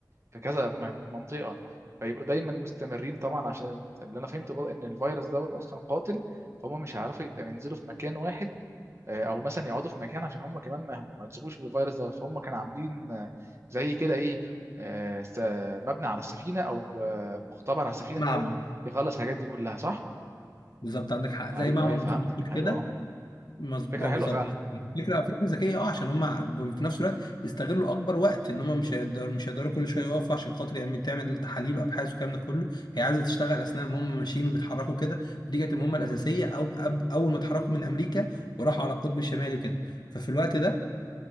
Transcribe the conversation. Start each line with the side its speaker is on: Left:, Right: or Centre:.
Right: في كذا م- منطقه فيبقوا دايما مستمرين طبعا عشان اللي انا فهمته بقى ان الفيروس دوت اصلا قاتل فهم مش هيعرفوا يبقى ينزلوا في مكان واحد آه، او مثلا يقعدوا في مكان عشان هم كمان ما ما يتصابوش بالفيروس دوت فهم كانوا عاملين آه، زي كده ايه آه، س- مبنى على السفينه او آه، مختبر على السفينه
Left: معمل
Right: ان هو يخلص الحاجات دي كلها صح
Left: بالظبط عندك حق زي
Right: ايوه
Left: معمل
Right: ايوه فهمتك
Left: متنقل
Right: حلو
Left: كده
Right: اه
Left: مظبوط
Right: فكره
Left: اه
Right: حلوه
Left: بالظبط
Right: فعلا
Left: يعني فكره فكره ذكيه اه عشان هم في نفس الوقت يستغلوا اكبر وقت ان هم مش هيقدروا مش هيقدروا كل شويه يقفوا عشان خاطر يعمل تعمل تحاليل وابحاث والكلام ده كله هي عايزه تشتغل اثناء ما هم ماشيين وبيتحركوا كده ودي كانت المهمه الاساسيه او أب- اول ما اتحركوا من امريكا وراحوا على القطب الشمالي وكده ففي الوقت ده